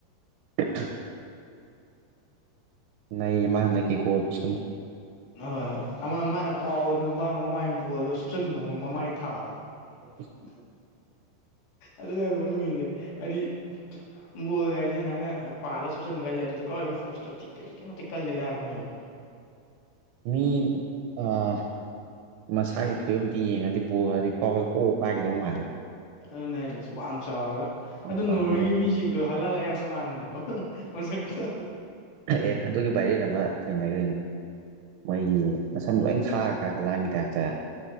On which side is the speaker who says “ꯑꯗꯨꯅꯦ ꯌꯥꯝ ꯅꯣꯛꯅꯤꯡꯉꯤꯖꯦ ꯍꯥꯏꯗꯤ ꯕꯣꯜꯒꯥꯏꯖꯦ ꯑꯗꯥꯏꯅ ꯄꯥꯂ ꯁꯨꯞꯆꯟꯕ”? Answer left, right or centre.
Left